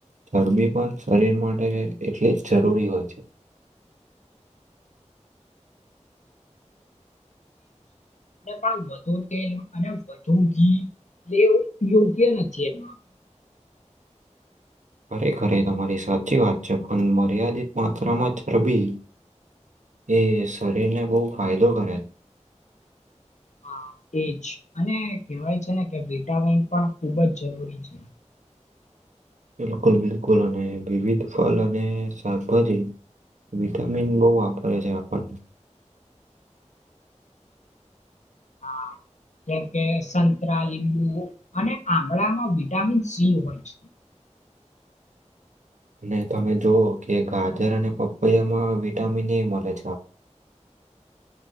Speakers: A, on the right; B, on the left.
A: ચરબી પણ શરીર માટે એટલી જ જરૂરી હોય છે.
B: <unintelligible> પણ વધુ તેલ અને વધુ ઘી એ યોગ્ય નથી એમ.
A: ખરેખર તમારી સાચી વાત છે પણ મર્યાદિત માત્રામાં ચરબી એ શરીરને બહુ ફાયદો કરે છે.
B: હા. એજ અને કેહેવાય છે ને કે વિટામિન પણ ખુબ જ જરૂરી છે.
A: બિલકુલ બિલકુલ અને વિવિધ ફલ અને શાકભાજી વિટામિન બો આપરે છે આપણ
B: <inaudible> હા જેમ કે સંતરા લીંબુ અને આબળામાં વિટામિન સી હોય છે <inaudible>
A: અને તમે જોવઓ કે ગાજર અને પપૈયામાં વિટામિન એ મળે છે